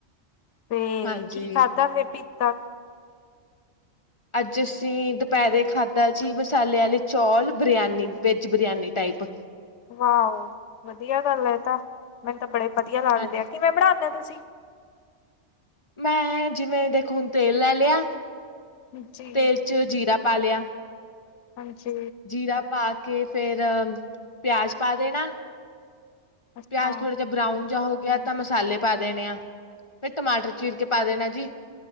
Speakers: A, on the left; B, on the left.
A: ਤੇ
B: ਹਾਂਜੀ।
A: ਕੀ ਖਾਧਾ ਫਿਰ ਪੀਤਾ
B: ਅੱਜ ਅਸੀਂ ਦੁਪਹਿਰੇ ਖਾਧਾ ਜੀ ਮਸਾਲੇ ਵਾਲੀ ਚੌਲ ਬਰਿਆਨੀ ਵੇਜ ਬਰਿਆਨੀ ਟਾਈ <inaudible>
A: ਵਾਓ ਵਧੀਆ ਗੱਲ ਏ ਤਾਂ ਮੈਨੂੰ ਤਾਂ ਬੜੇ ਵਧੀਆ
B: ਹਾਂਜੀ।
A: ਲੱਗਦੇ ਆ ਕਿਵੇਂ ਬਣਾਉਦੇ ਤੁਸੀਂ
B: ਮੈਂ ਜਿਵੇਂ ਦੇਖੋ ਹੁਣ ਤੇਲ ਲੈ ਲਿਆ
A: ਜੀ
B: ਤੇਲ ਚ ਜੀਰਾ ਪਾ ਲਿਆ
A: ਹਾਂਜੀ
B: ਜੀਰਾ ਪਾ ਕੇ ਫੇਰ ਪਿਆਜ ਪਾ ਦੇਣਾ
A: ਅੱਛਾ-ਅੱਛਾ-ਅੱਛਾ-ਅੱਛਾ।
B: ਪਿਆਜ ਥੋੜ੍ਹਾ ਜਿਹਾ ਬਰਾਊਨ ਹੋਗੇ ਤਾਂ ਮਸਾਲੇ ਪਾ ਦੇਣੇ ਆ ਫਿਰ ਟਮਾਟਰ ਚੀਰ ਕੇ ਪਾ ਦੇਣਾ ਜੀ